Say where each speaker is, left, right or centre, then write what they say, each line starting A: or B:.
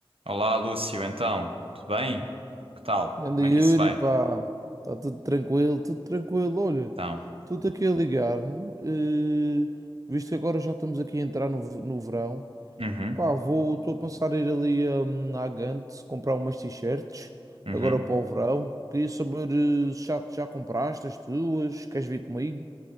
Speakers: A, on the right; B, on the right.
A: Olá, Lúcio, então, tudo bem? Que tal?
B: Ganda
A: Como
B: Yuri,
A: é que isso vai?
B: pá, está tudo tranquilo, tudo tranquilo. Olha,
A: Então,
B: tudo aqui a ligar, eh, visto que agora já estamos aqui a entrar no, v- no verão,
A: uhum,
B: pá, vou, estou a pensar em ir ali hum, à Gant comprar umas t-shirts
A: uhum.
B: agora para o verão. Queria saber eh, se já, já compraste as tuas, queres vir comigo?